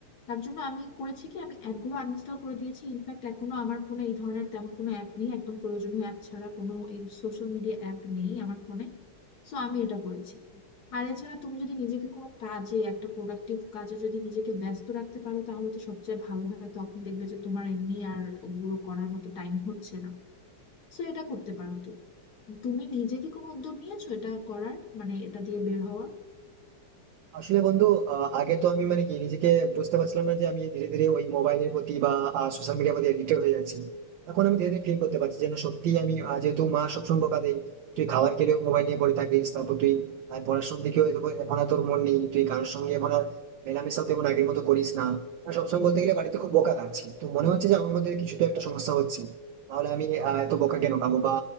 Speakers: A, on the left; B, on the right.
A: তার জন্য আমি করেছি কি আমি অ্যাপগুলো আনইনস্টল করে দিয়েছি ইনফ্যাক্ট এখনো আমার ফোনে এই ধরনের তেমন কোনো অ্যাপ নেই একদম প্রয়োজনীয় অ্যাপ ছাড়া কোনো এই সোশ্যাল মিডিয়া অ্যাপ নেই আমার ফোনে সো আমি এটা করেছি আর এছাড়া তুমি যদি নিজেকে কোনো কাজে একটা প্রোডাক্টিভ কাজে যদি নিজেকে ব্যস্ত রাখতে পারো তাহলে তো সবচেয়ে ভালো হয় তখন দেখবে যে তোমার এমনি আর ওগুলো করার মতো টাইম হচ্ছে না সো এটা করতে পারো তো তুমি নিজে কি কোনো উদ্যোগ নিয়েছো এটা করার মানে এটা দিয়ে বের হওয়ার
B: আসলে বন্ধু আহ, আগে তো আমি মানে কি নিজেকে বুঝতে পারছিলাম না যে আমি ধীরে ধীরে ওই মোবাইলের প্রতি বা সোশ্যাল মিডিয়ার প্রতি এডিক্টেড হয়ে যাচ্ছি এখন আমি ধীরে ধীরে ফিল করতে পারছি যেন সত্যি আমি আহ, যেহেতু মা সবসময় বকা দেয় তুই খাবার খেলেও মোবাইল নিয়ে পড়ে থাকিস তারপর তুই আহ, পড়াশোনার দিকেও এত- এখন আর তোর মন নেই তুই কারোর সঙ্গে এখন আর মেলামেশাও তেমন আগের মতো করিস না আর সবসময় বলতে গেলে বাড়িতে খুব বকা খাচ্ছি তো মনে হচ্ছে যে আমার মধ্যে কিছু তো একটা সমস্যা হচ্ছে তাহলে আমি আহ, এত বকা কেন খাবো বা